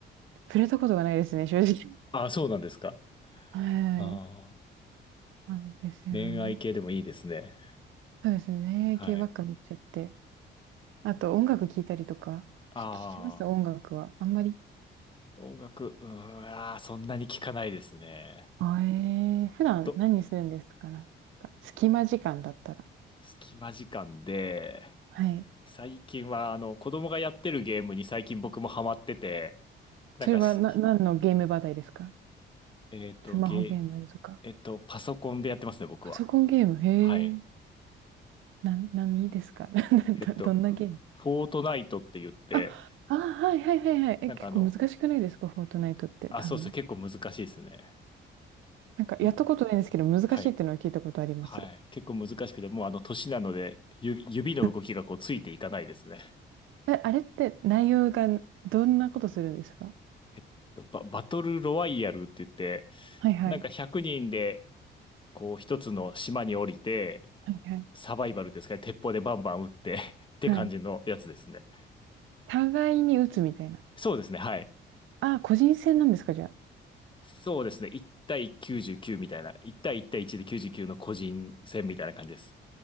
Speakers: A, on the right; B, on the left.
A: 触れたことがないですね、正直。
B: ああ、そうなんですか。
A: はい。
B: ああ。
A: なんですよね。
B: 恋愛系でもいいですね。
A: そうですね。
B: はい。
A: 系ばっか見ちゃって。あと、音楽聴いたりとか。
B: ああ。
A: 聞きます音楽は。あんまり。
B: 音楽、うーん、あーそんなに聞かないですね。
A: あえー、普段何するんですかなんか隙間時間だったら。
B: ど隙間時間で、
A: はい。
B: 最近はあの子供がやってるゲームに最近僕もハマってて、なんかし、
A: それはな、何のゲーム話題ですか
B: えっと、
A: スマホゲームとか。
B: ゲー、えっと、パソコンでやってますね、僕は。
A: パソコンゲームへ
B: はい。
A: え。な、何ですか <laughs>
B: えっと、
A: ど、どんなゲーム
B: フォートナイトって言って、
A: あ、あ、はいはいはいはい。え、
B: なんかあの、
A: 結構難しくないですかフォートナイトって多分。
B: あ、そうそう、結構難しいですね。
A: なんかやったことないんですけど、
B: もう、
A: 難しいっていうのは聞いたことあります。
B: はい。はい。結構難しくて、もうあの、年なので、ゆ指の動きがこう、
A: <laughs>
B: ついていかないですね。
A: え、あれって内容がどんなことするんですか
B: えっと、バ、バトルロワイヤルって言って、
A: はいはい。
B: なんか100人で、こう、一つの島に降りて、
A: はいはい。
B: サバイバルですかね。鉄砲でバンバン撃って <laughs> って感じのやつですね。
A: はい。互いに打つみたいな。
B: そうですね。はい。
A: あ個人戦なんですか、じゃ
B: そうですね。1対99みたいな。1対1対1で99の個人戦みたいな感じです。